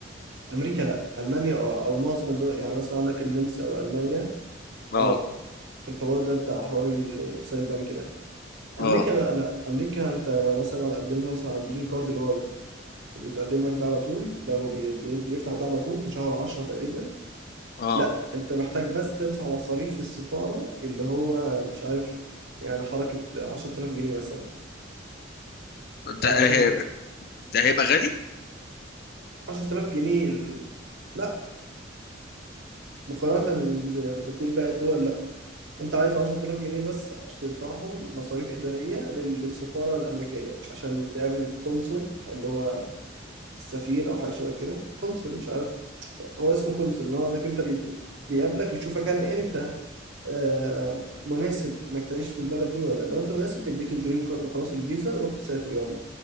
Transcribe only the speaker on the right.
امريكا لا المانيا اه او معظم الدول يعني مثلا عندك النمسا او المانيا
اه في الحوار ده بتاع حوار السايل بانك ده امريكا
بقى لا امريكا انت لو مثلا قدمت مثلا على الجرين كارد اللي هو بيتقدم لك ده على طول لو بي- بي- بيفتح ده على طول في شهر 10 تقريبا
لا انت محتاج بس تدفع مصاريف في السفاره اللي هو مش عارف يعني حركه 10000 جنيه مثلا
آه، عشان
10000 جنيه ال- لا مقارنه بدخول باقي الدول انت عايز 10000 جنيه بس عشان تدفعهم مصاريف اداريه لل- للسفاره الامريكيه عشان تقابل القنصل اللي هو السفير او حاجه شبه كده قنصل مش عارف هو اسمه قنصل اللي هو انك انت بي- بيقابلك بيشوفك هل انت آه، مناسب انك تعيش في البلد دي ولا لا. لو انت مناسب بيديك الجرين كارد خلاص الفيزا روح سافر يلا